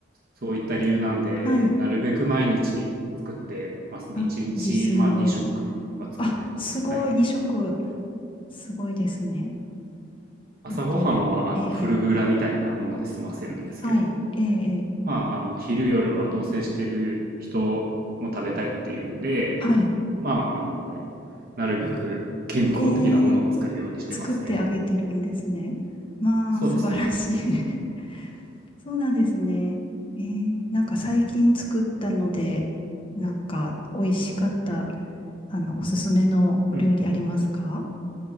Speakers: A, on the right; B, on the left.
A: そういった理由なんで、
B: あ、はい。
A: なるべく毎日作ってますね。
B: あ、
A: 1日、
B: 自炊を。
A: まあ、2食は作ってます。
B: あ、すごい、
A: はい。
B: 2食。すごいですね。
A: 朝ごはんはあのフルグラみたいなもので済ませるんですけど、
B: えっと、ええ、ええはい、ええ、ええ
A: まあ、あの昼夜は同棲してる人も食べたいっていうんで、
B: はい。
A: まあ、あのなるべく健康的なものを作るようにしてますね。
B: ええ作ってあげてるんですね。まあ、
A: そうですね。
B: 素晴らしい。<laughs> そうなんですね。えーなんか最近作ったので、なんか美味しかった、あの、おすすめのお料理ありますか
A: うんうん。